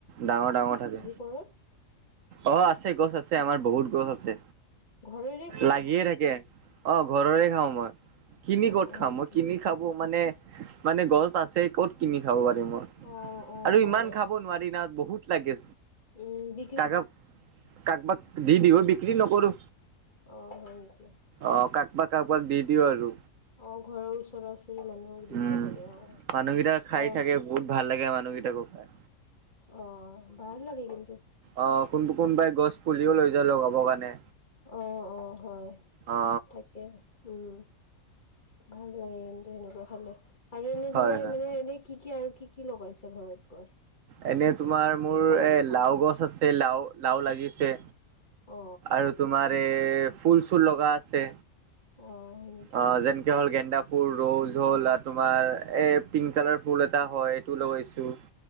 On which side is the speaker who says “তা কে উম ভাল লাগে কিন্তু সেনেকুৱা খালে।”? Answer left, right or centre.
Left